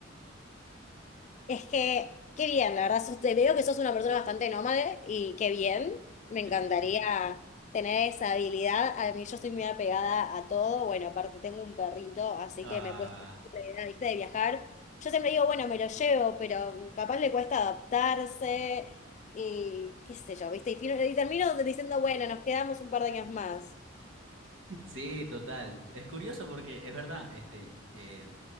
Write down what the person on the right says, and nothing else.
<laughs>
Ah,
Sí, total. Es curioso porque es verdad, este, eh,